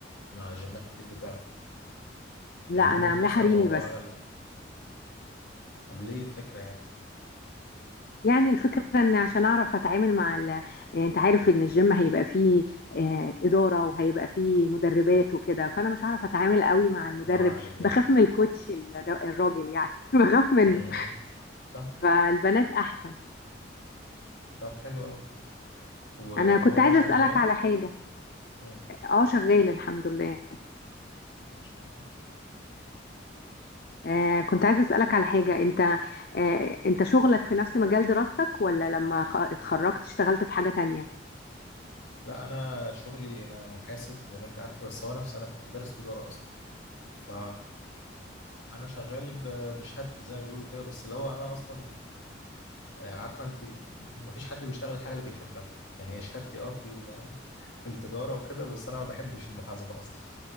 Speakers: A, on the left; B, on the left.
A: ما جيمات كتير بتعمل
B: لا
A: يعني
B: انا
A: ليه مقتصر
B: عاملاه حريمي
A: الموضوع
B: بس
A: على ال... طب ليه الفكرة يعني؟
B: يعني الفكره ان عشان اعرف اتعامل مع ال... آه، انت عارف
A: مم.
B: ان الجيم هيبقى فيه آه، اداره وهيبقى فيه مدربات وكده فانا مش هعرف اتعامل قوي مع المدرب
A: مع الرجالة
B: بخاف من الكوتش الر- الراجل يعني <laughs> بخاف منه
A: مم. مم. صح؟
B: فالبنات احسن
A: طب حلو أوي و-
B: انا كنت
A: وهو
B: عايزه
A: شغال؟
B: اسالك على حاجه
A: مم.
B: اه شغال الحمد لله
A: ان شاء الله
B: آه كنت عايزه اسالك على حاجه انت آه انت شغلك في نفس مجال دراستك ولا لما خ- اتخرجت اشتغلت في حاجه تانية
A: لا انا شغلي انا محاسب زي ما انت عارفه بس هو نفسي انا كنت دارس تجاره اصلا ف انا شغال ب- بشهادتي زي ما بيقولوا كده بس اللي هو انا اصلا آه، عارفه انت ما فيش حد بيشتغل الحاجه اللي بيحبها يعني هي شهادتي اه في ال- في التجاره وكده بس انا ما بحبش المحاسبه اصلا